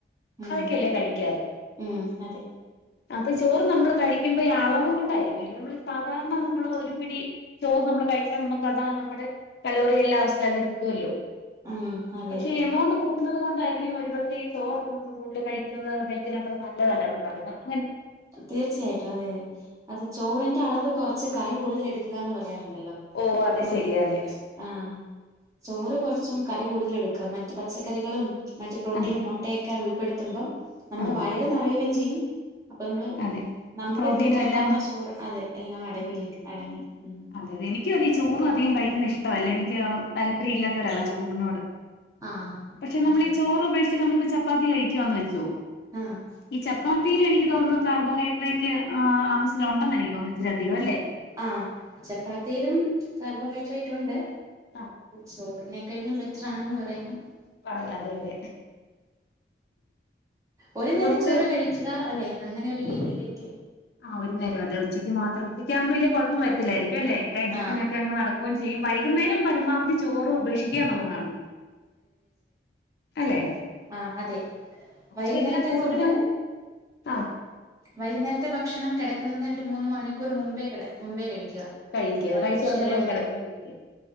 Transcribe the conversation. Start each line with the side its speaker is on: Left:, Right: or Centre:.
Right: ഉം
Left: അതൊക്കെയല്ലേ കഴിക്യ
Right: ഉം അതെ
Left: അപ്പ ഈ ചോറ് നമ്മള് കഴിക്കുമ്പ ഈ അളവ് കൊണ്ടായിരിക്കുവല്ലോ നമ്മള് ഈ സാധാരണ നമ്മള് ഒരു പിടി ചോറ് നമ്മള് കഴിച്ചാൽ നമു കഥ നമ്മടെ കലോറിയെ അല്ലാ ആവശ്യത്തിൽ അധികം കിട്ടുവല്ലോ
Right: ഉം അതെ
Left: പക്ഷെ
Right: അതെ
Left: ഈ എമൗണ്ട് കൂട്ട് കഴിക്കുന്നത്‌ കൊണ്ടായിരിക്കും ഒരുപക്ഷെ ഈ ചോറു നമ്മള് കൂടുതൽ കഴിക്കുന്നത്‌ കൊണ്ടായിരിക്കും ഞാൻ പറഞ്ഞത് നല്ലത് അല്ലന് വലിമ <unintelligible>
Right: തീർച്ചയായിട്ടും അതെ അതെ അത് ചോറിന്റെ അളവ് കൊറച്ച് കറി കൂടുതലെടുക്കുക എന്ന് പറയാറ് ണ്ടല്ലോ
Left: ഓ അതെ
Right: അപ്പം
Left: ശരി അതെ
Right: ആഹ് ചോറ് കൊറച്ചു കറി കൂടുതല് എടുക്കാം മറ്റ് പച്ചക്കറി മറ്റ് പ്രോട്ടീനും
Left: ആ
Right: മൊട്ടയൊക്ക ഉൾ പെടുത്തുമ്പം നമ്മുടെ
Left: ആ
Right: വയറ് നറയുവേം ചെയ്യും അപ്പൊ നമ്മള്
Left: അതെ
Right: നമ്മുടെ
Left: പ്രോട്ടീനും
Right: ഒരു തെറ്റായ
Left: എല്ലാം
Right: ധാരണ ചോറ് അതെ എല്ലാം അടങ്ങി
Left: കിട്ടും
Right: അടങ്ങി ഉം
Left: അതെ അതെ എനിക്കും അതെ ചോറും അധികം കഴിക്കുന്ന ഇഷ്ടവല്ല എനിക്ക് ക്ക് താല്പര്യം ഇല്ലാത്തൊരാളാ ചോറിനോട്
Right: ആഹ്
Left: പക്ഷെ നമ്മളീ
Right: അതെ
Left: ചോറ് ഉപേക്ഷി ഇപ്പ നമ്മളിപ്പ ചപ്പാത്തി കഴിക്കുവാന്ന് വെച്ചോ
Right: ആഹ്
Left: ഈ ചപ്പാ തീരും എനിക്ക് തോന്നുന്ന കാർബോഹൈട്രേ റ്റ് ആ ആവശ്യത്തിലൊണ്ടെന്ന് എനിക്ക് തോന്നിച്ച് ച്ചിരി അധികവല്ലേ
Right: ആഹ് ചപ്പാത്തീലും കാർബോഹൈഡ്ര ഡ്രേറ്റൊണ്ട്
Left: ആ
Right: ചോർന് കഴിഞ്ഞും ബെറ്ററാണെന്ന് പറയുന്നു
Left: പറയാം അതെ അതെ
Right: ഒരു
Left: ഇപ്പൊ
Right: നേരം
Left: നമുക്ക്
Right: ചോറ് കഴിക്കുക അല്ലെ അങ്ങനെ ഒരു രീതിയിലേക്ക്
Left: ആ ഒരു നേരം അതെ ഉച്ചക്ക് മാത്രം ഉച്ചയ്ക്കാവുമ്പോ വലിയ കുഴപ്പ പ്പം വരത്തില്ലായിരിക്കും അല്ലേ ഡൈജഷൻ
Right: ആഹ്
Left: ഒക്കെ അങ്ങ് നടക്കുവോം ചെയ്യും വൈകുന്നേരം പരമാവധി ചോറ് ഉപേക്ഷിക്കുക എന്നുള്ളതാണ്
Right: ഉം
Left: അല്ലെ
Right: ആ അതെ വൈകുന്നേരത്തെ
Left: പക്ഷെ എല്ലാം കൂടുതലും
Right: ഫുഡ്
Left: ആ
Right: വൈകുന്നേര ത്തെ ഭക്ഷണം കിടക്കുന്നതിന് ഒരു മൂന്ന് മണിക്കൂർ മുമ്പേ കെട മുമ്പേ കഴിക് ക്കാ
Left: കഴിക്കുക
Right: അപ്പ
Left: കഴിച്ചുറങ്ങി
Right: ശരിയായ
Left: പോയി കിടക്കാതിരിക്കുക